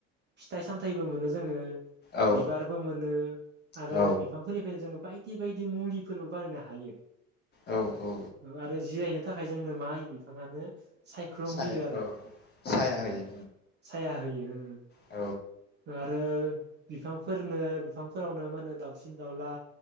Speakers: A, on the right (about 25°); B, on the left (about 25°).
A: फिथ - सामथायबो मोनो जोङो
B: औ
A: बिबारबो मोनो आरो
B: औ
A: बिफांफोरनिफ्रायनो जोङो बायदि बायदि मुलिफोरबो बानायनो हायो
B: औ औ
A: आरो जिरायनो थाख जोंनो मा होयो बिफाङानो सायख्लुम
B: साया
A: होयो आरो
B: औ साया
A: औ औ
B: होयो
A: साया होयो ओ ओ
B: औ
A: आरो बिफांफोरनो बिफांफोरावनो मा होनो दाउसिन दाउला